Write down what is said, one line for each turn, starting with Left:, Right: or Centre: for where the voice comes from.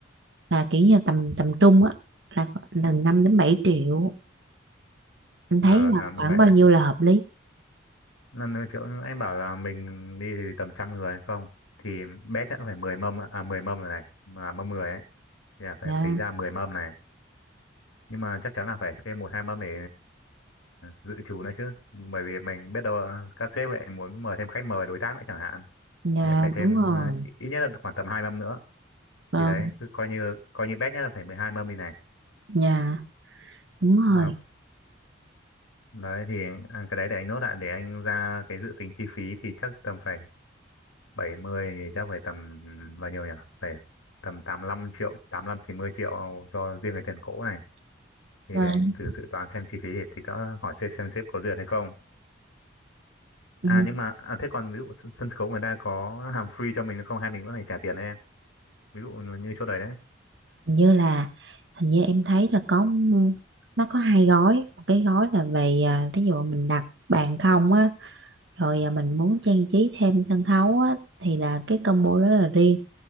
Right: là kiểu như tầm tầm trung á là là năm đến bảy triệu anh
Left: ờ
Right: thấy
Left: làm
Right: là khoảng
Left: vậy
Right: bao dạ nhiêu là hợp lý
Left: năm nữa chỗ anh bảo là mình đi thì tầm trăm người hay không thì bé chắc phải 10 mâm ạ. à 10 mâm rồi này mà mâm 10 ấy thì là phải
Right: dạ
Left: tính ra 10 mâm này nhưng mà chắc chắn là phải thêm một hai mâm để dự trù nữa chứ bởi vì mình biết đâu là các sếp lại muốn mời thêm khách mời đối tác nữa chẳng hạn
Right: dạ
Left: thì lại phải thêm
Right: đúng rồi
Left: ờ, ít nhất là khoảng tầm hai mâm nữa
Right: vâng
Left: thì đấy cứ coi như coi như bét nhá phải 12 mâm đi này
Right: dạ đúng rồi
Left: Đó. đấy thì à, cái đấy để anh nốt lại để anh ra cái dự tính chi phí thì chắc tầm phải bảy mươi thì chắc phải tầm bao nhiêu nhỉ phải tầm tám lăm triệu tám lăm chín mươi triệu cho riêng cái tiền cỗ này thì
Right: vâng
Left: để anh thử dự toán xem chi phí thì thì đã hỏi xem xem sếp có duyệt hay không
Right: ừ.
Left: à nhưng mà à, thế còn ví dụ sân sân khấu người ta có hàm free cho mình không hay mình vẫn phải trả tiền đấy em ví dụ như chỗ đấy đấy
Right: hình như là hình như em thấy là có m- nó có hai gói một cái gói là về à, thí dụ mình đặt bàn không á rồi à, mình muốn trang trí thêm sân khấu á thì là cái combo đó là riêng